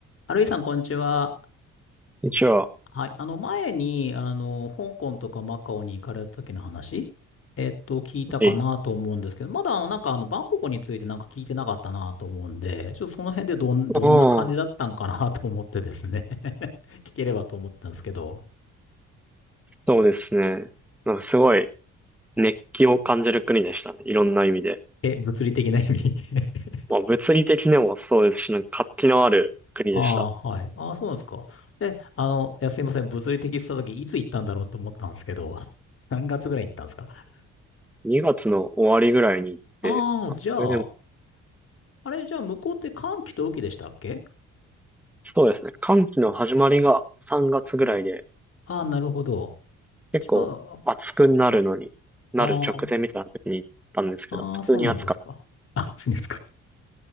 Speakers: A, on the left; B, in the centre.
A: ハルイさん、こんにちは。
B: 一応、
A: はい。あの、前に、あの、香港とかマカオに行かれた時の話、えっと、聞いたかなと思うんですけど、
B: はい。
A: まだ、あの、なんか、あの、バンコクについてなんか聞いてなかったなと思うんで、ちょっとその辺でどん、どんな感じだったんかなと思ってですね
B: ああ
A: <laughs> 聞ければと思ったんですけど。
B: そうですね。なんかすごい熱気を感じる国でしたね。いろんな意味で。
A: え、物理的な意味 <laughs>
B: まあ、物理的にもそうですし、なんか活気のある国でした。
A: ああ、はい。ああ、そうなんですか。え、あの、いや、すいません。物理的って言った時、いつ行ったんだろうと思ったんですけど、<laughs> 何月ぐらい行ったんですか
B: 2月の終わりぐらいに行って、
A: ああ、
B: まあ、
A: じゃあ、
B: それでも、
A: あれ、じゃあ、向こうって寒気と雨季でしたっけ
B: そうですね。寒気の始まりが3月ぐらいで、
A: ああ、なるほど。
B: 結構暑くなるのに、
A: じゃあ、あ
B: なる直前みたいな時に行ったんですけど、
A: あ、ああ、
B: 普通に暑かっ
A: そうなんですか。<laughs> あ、暑いんですか。